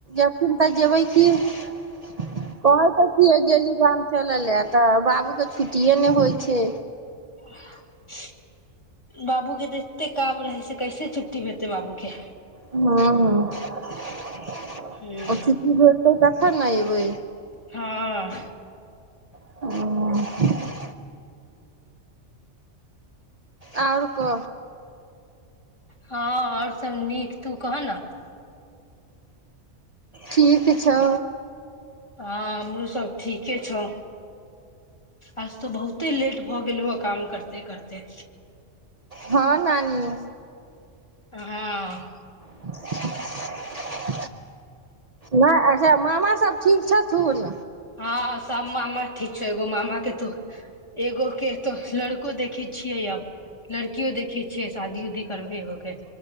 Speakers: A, on the right; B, on the left.
A: ए न तऽ जेबै की आओर कह त की गेली गाम चलल तऽ बाबू के छुट्टीे ने होइ छै
B: ह बाबू के तऽ एते काम रहै छै कैसे छुट्टी हेतै बाबूके
A: हँ हँ <unintelligible>
B: हूँ
A: ओ च की भेलतऽ त कना बै
B: हँ
A: ह आओर को
B: हँ आओर सब नीक तू कहह ने
A: ठीक छौ
B: हँ हमरोसभ ठीके छौ आज तऽ बहुते लेट भऽ गेलहुौ काम करिते करिते
A: हँ नानी
B: हुँ
A: <unintelligible> नहि अच्छा मामा सब ठीक छथुन
B: हँ सब मामा ठीक छौ एगो मामा के तो एगो के तो लड़को देखे छियै अब लड़कियो देखे छियै शादी उदी करबै एगो के